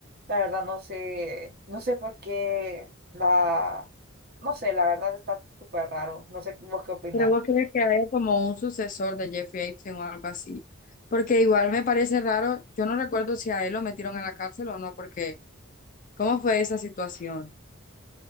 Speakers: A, on the right; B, on the left.
A: la verdad no sé, no sé por qué la, no sé, la verdad está súper raro, no sé vos qué opinás.
B: Pero vos crees que haya como un sucesor de Jeffrey Epstein o algo así. Porque igual me parece raro, yo no recuerdo si a él lo metieron a la cárcel o no, porque ¿cómo fue esa situación?